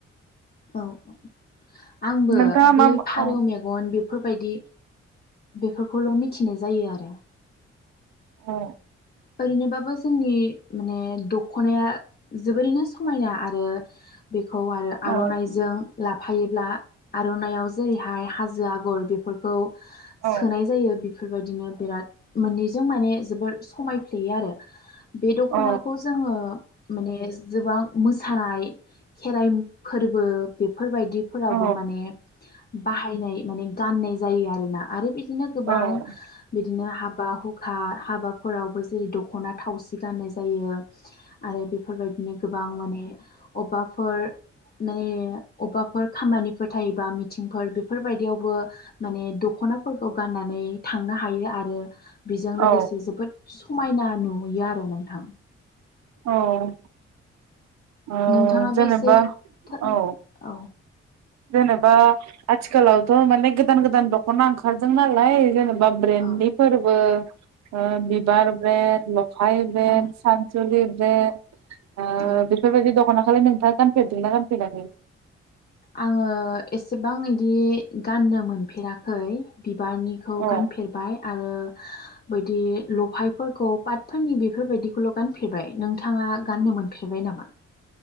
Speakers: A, on the left; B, on the right.
A: औ औ आंबो
B: नोंथाङा
A: बे
B: मा
A: फारौ
B: औ
A: मेगन बेफोर बादि बेफोरखौल' मिथिनाय जायो आरो
B: अ
A: ओरैनोबाबो जोंनि माने दख'नाया जोबोरैनो समायना आरो बेखौ खौ आरो आर'नाइजों
B: औ
A: लाफायोब्ला आर'नाइाव जेरैहाय हाजो आगर बेफोरखौ
B: औ
A: सोनाय जायो बि बेफोरबायदिनो बिराद मोननैजों माने जोबोर समाय फ्लेयो आरो बे दख'नाखौ
B: औ
A: जोङो माने जोबां मोसानाय खेराइ फोरबो बे फोरबायदिफोरावबो
B: औ
A: माने बाहायनाय माने गाननाय जायो आरोना आरो बिदि बिनो गोबां
B: औ
A: बिदिनो हाब बा हुखा हाबाफोरावबो जेरै दख'ना थावसि गाननाय जायो आरो बेफोरबायदिनो गोबां माने अबेबाफोर माने अबेबाफोर खामानिफोर थायोबा मिथिंफोर बेफोरबायदियावबो माने दख'नाफोरखौ गाननानै थांनो हायो आरो बेजों लोगोसे
B: औ
A: जोबोद समायना नुयो आरो नोंथां
B: औ ओ
A: नोंथाङाबो
B: जेनेबा
A: एसे फोरमाय
B: औ
A: औ
B: जेनेबा आथिखालावथ' माने गोदान गोदान दख'ना ओंखारदों नालाय जेनेबा बा ब्रेननिफोरबो
A: औ
B: ओ बिबार ब्रेन ल हाय ब्रेन
A: औ
B: सान <unintelligible> आ
A: औ
B: बेफोरबायदि दखना बेखौलाय नोंथाङा गानफेरदोंना गानफेराखै?
A: आंङो एसेबां इदि गाननो मोनफेराखै बिबारनिखौ
B: औ
A: गानफेरबाय आरो बिदि लफायफोरखौ पाटफोरनि बेफोरबायदिखौल' गानफेरबाय नों नोंथाङा गाननो मोनफेरबाय नामा?